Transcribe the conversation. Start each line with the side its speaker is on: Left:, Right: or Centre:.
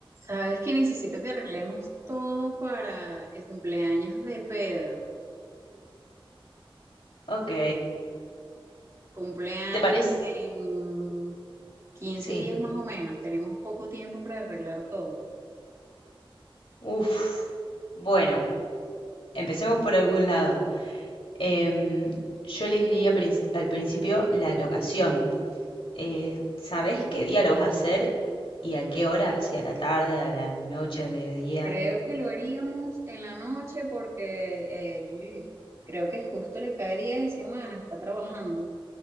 Right: Sabes que necesito que arreglemos todo para el cumpleaños de Pedro.
Left: Ok.
Right: Cumpleaños
Left: ¿Te parece?
Right: en quince
Left: Sí.
Right: días más o menos. Tenemos poco tiempo para arreglar todo.
Left: Uf. Bueno, empecemos por algún lado. Em, yo elegiría princ- al principio la locación. Eh, ¿sabés qué día lo vas a hacer y a qué hora? Si a la tarde, a la noche, al mediodía.
Right: Creo que lo haríamos en la noche porque él creo que justo le cae día de semana, está trabajando.